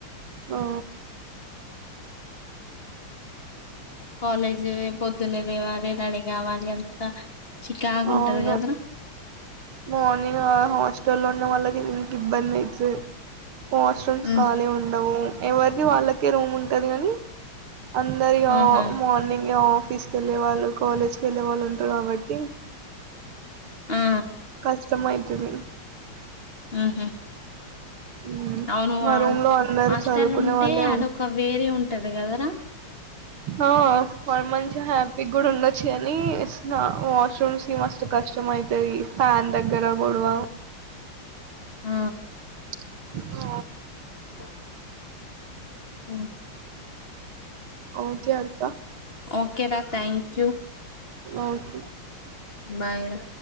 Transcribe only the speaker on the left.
కాలేజీ పొద్దున్నే లేవాలె, రెడీ కావాలి అంతా చికాకు
ఉంటది కదరా
ఉమ్,
ఆహా
ఆ
ఉహు
అవును
ఆ
హాస్టల్
ఉంటే
అదొక వేరే ఉంటది కదరా.
ఆ
స నేను
ఓకే రా థ్యాంక్ యూ
బాయ్ రా